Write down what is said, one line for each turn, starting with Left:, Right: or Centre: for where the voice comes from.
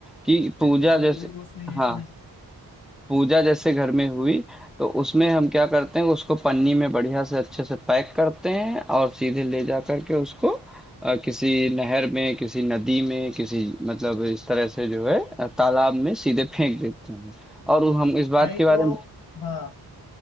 Centre: कि पूजा
Left: नहीं, पूरा
Centre: जैसे
Left: कोई दोष नहीं है
Centre: हाँ
Left: इसमें
Centre: पूजा जैसे घर में हुई तो उसमें हम क्या करते हैं उसको पन्नी में बढ़िया से अच्छे से पैक करते हैं और सीधे ले जा करके उसको अ, किसी नहर में किसी नदी में किसी मतलब इस तरह से जो है अ, तालाब में सीधे फेंक देते हैं और हम इस बात
Left: नहीं
Centre: के बारे
Left: तो
Centre: में
Left: हाँ